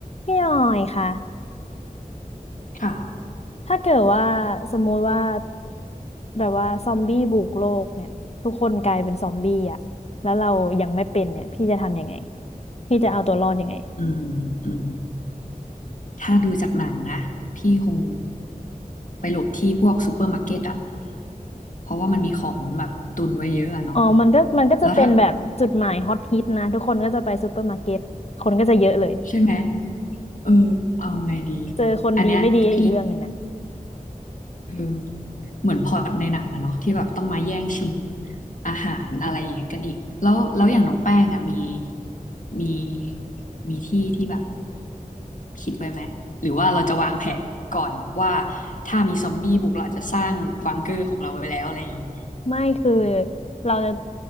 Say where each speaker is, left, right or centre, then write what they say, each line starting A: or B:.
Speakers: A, on the left (about 45°); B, on the left (about 60°).
A: พี่หน่อยค่ะ
B: ค่ะ
A: ถ้าเกิดว่าสมมุติว่าแบบว่าซอมบี้บุกโลกเนี่ยทุกคนกลายเป็นซอมบี้อ่ะแล้วเรายังไม่เป็นเนี่ยพี่จะทำยังไงพี่จะเอาตัวรอดยังไง
B: อืมอืมถ้าดูจากหนังนะ พี่คงไปหลบที่พวกซูเปอร์มาร์เก็ตอ่ะเพราะว่ามันมีของแบบตุนไว้เยอะอะเนาะ
A: อ๋อมันก็มันก็จะเป็นแบบจุดหมายฮอตฮิตนะทุกคนก็จะไปซูเปอร์มาร์เก็ตคนก็จะเยอะเลย
B: แล้วถ้าใช่ไหม เออ เอาไงดี
A: เจอคนดีไม่ดีอีกเรื่องหนึ่งนะ
B: อันเนี้ยพี่ เออเหมือนพล็อตในหนังอะเนาะที่แบบต้องมาแย่งชิงอาหารอะไรอย่างเงี้ยกันอีกแล้วแล้วอย่างน้องแป้งอะมีมีมีที่ที่แบบคิดไว้ไหมหรือว่าเราจะวางแผนก่อนว่าถ้ามีซอมบี้บุกเราอาจจะสร้างบังเกอร์ของเราไว้แล้วอะไรอย่างงี้
A: ไม่คือเราจะ